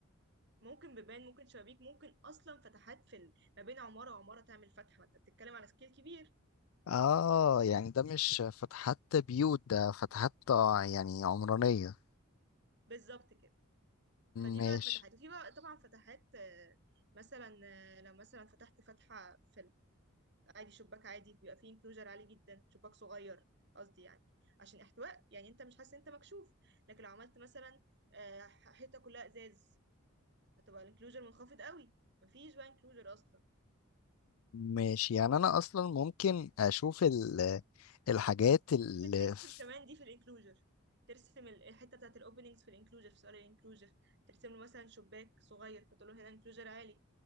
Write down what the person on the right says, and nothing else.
ممكن بيبان ممكن شبابيك ممكن اصلا فتحات في ال... ما بين عمارة وعمارة تعمل فتحة ما انت بتتكلم على سكيل كبير
بالظبط كده فدي
بقى الفتحات وفي بقى طبعا فتحات آه، مثلا آه، لو مثلا فتحت فتحة في عادي شباك عادي بيبقى فيه انكلوجر عالي جدا شباك صغير قصدي يعني عشان احتواء يعني انت مش حاسس ان انت مكشوف لكن لو عملت مثلا آه، حيطه كلها ازاز هتبقى الانكلوجر منخفض قوي مفيش بقى انكلوجر اصلا
ممكن ترسم
كمان دي في الانكلوجر ترسم ال- الحته بتاعت الاوبننجز في الانكلوجر في سؤال الانكلوجر ترسم له مثلا شباك صغير فتقول له هنا انكلوجر عالي